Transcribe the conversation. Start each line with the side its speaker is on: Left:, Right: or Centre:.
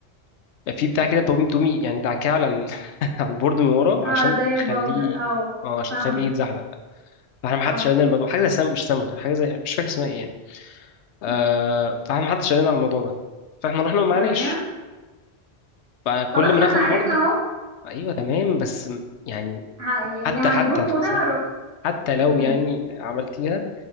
Left: في بتاع كده تومي تومي يعني دعكاه على ال... <laughs> على البورد من ورا
Right: اه
Left: عشان
Right: زي
Left: تخليه
Right: الباودر اه
Left: اه عشان
Right: فاهمة
Left: تخليه يتزحلق فاحنا ما
Right: اه
Left: حدش قال لنا الموضوع حاجه زي سم... مش صمغ حاجه زي مش فاكر اسمها ايه يعني آه...
Right: امم
Left: فاحنا ما حدش قال لنا على الموضوع ده فاحنا رحنا ما معناش
Right: تمام
Left: فكل
Right: خلاص
Left: ما ناخد
Right: ما احنا عرفنا
Left: بورد
Right: اهو
Left: ايوه تمام بس م- يعني
Right: ه- يعني
Left: حتى
Right: هنروح
Left: حتى
Right: ونعرف
Left: ثانية. حتى لو
Right: امم
Left: يعني عملتيها